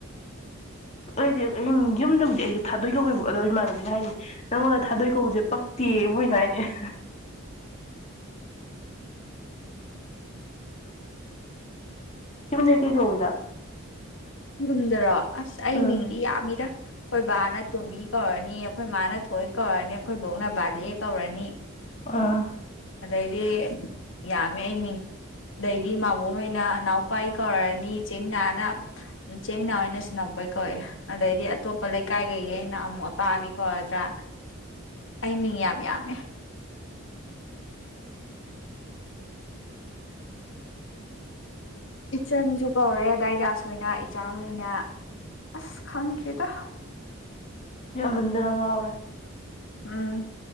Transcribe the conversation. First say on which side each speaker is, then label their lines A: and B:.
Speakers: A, on the left; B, on the left.
A: ꯑꯩꯗꯤ ꯑꯩ ꯃꯤꯡ ꯌꯨꯝꯗ ꯕꯨꯗꯤ ꯑꯩꯁꯦ ꯊꯥꯗꯣꯏ ꯀꯧꯌꯦꯕꯀꯣ ꯑꯗꯣ ꯏꯃꯥꯟꯅꯕꯤꯅ ꯍꯥꯏꯅꯦ ꯅꯪꯉꯣꯟꯗ ꯊꯥꯗꯣꯏ ꯀꯧꯕꯁꯦ ꯄꯛꯇꯦꯌꯦ ꯃꯣꯏꯅ ꯍꯥꯏꯅꯦ <unintelligible> ꯌꯨꯝꯗ ꯀꯩ ꯀꯧꯒꯦ ꯅꯪ
B: ꯌꯨꯝꯗꯔꯣ ꯑꯁ ꯑꯩ
A: ꯎꯝ
B: ꯃꯤꯡꯗꯤ ꯌꯥꯝꯃꯤꯗ ꯑꯩꯈꯣꯏ ꯕꯥꯅ ꯇꯣꯝꯕꯤ ꯀꯧꯔꯅꯤ ꯑꯩꯈꯣꯏ ꯃꯥꯅ ꯊꯣꯏ ꯀꯧꯔꯅꯤ ꯑꯩꯈꯣꯏ ꯕꯣꯛꯅ ꯕꯥꯂꯦ ꯀꯧꯔꯅꯤ
A: ꯑ
B: ꯑꯗꯩꯗꯤ ꯌꯥꯝꯃꯦ ꯑꯩ ꯃꯤꯡ ꯑꯗꯩꯗꯤ ꯃꯥꯕꯣꯛꯍꯣꯏꯅ ꯏꯅꯥꯎꯄꯥ ꯀꯧꯔꯅꯤ ꯏꯆꯦꯃꯤꯅꯥꯅ ꯏꯆꯦꯃꯤꯅꯥ ꯑꯣꯏꯅꯁꯨ ꯅꯣꯛꯄꯩ ꯀꯧꯑꯦ ꯑꯗꯩꯗꯤ ꯑꯇꯣꯞꯄ ꯂꯩꯀꯥꯏꯒꯩꯒꯤꯅ ꯑꯃꯨꯛ ꯑꯄꯥꯕꯤ ꯀꯣꯔꯗ꯭ꯔꯥ ꯑꯩ ꯃꯤꯡ ꯌꯥꯝ ꯌꯥꯝꯃꯦ ꯏꯆꯟꯁꯨ ꯀꯧꯔꯦ ꯗꯥ ꯗꯥꯁꯣꯏꯅ ꯏꯆꯥ ꯍꯣꯏꯅ ꯑꯁ ꯈꯪꯗ꯭ꯔꯦꯗ
A: ꯌꯥꯝꯃꯟꯗꯅ ꯉꯥꯎꯔꯦ
B: ꯎꯝ